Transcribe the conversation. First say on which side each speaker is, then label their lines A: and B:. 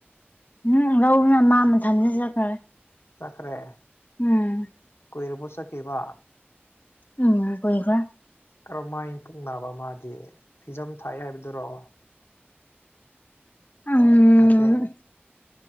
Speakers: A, on the left; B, on the left.
A: ꯎꯝ ꯂꯧꯕꯅ ꯃꯥ ꯃꯊꯟꯗ ꯆꯠꯈ꯭ꯔꯃꯦ꯫
B: ꯆꯠꯈ꯭ꯔꯦ
A: ꯎꯝ
B: ꯀꯨꯏꯔꯕꯣ ꯆꯠꯈꯤꯕ
A: ꯎꯝ ꯀꯒꯔ
B: ꯀꯔꯝ ꯃꯥꯏꯄꯛ ꯅꯥꯕ ꯃꯥꯗꯤ ꯑꯦꯛꯖꯥꯝ ꯊꯥꯏ ꯍꯥꯏꯕꯗꯨꯔꯣ
A: ꯎꯝ
B: ꯅꯠꯇꯦ